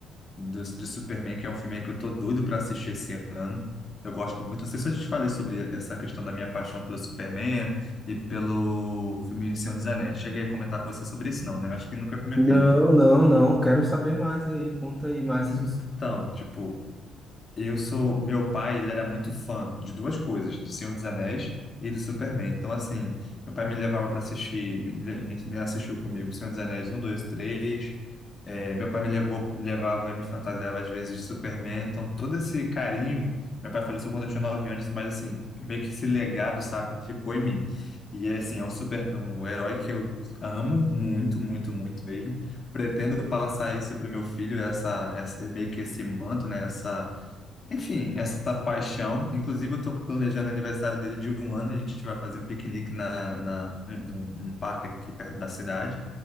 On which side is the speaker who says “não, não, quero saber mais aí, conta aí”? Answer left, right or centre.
Centre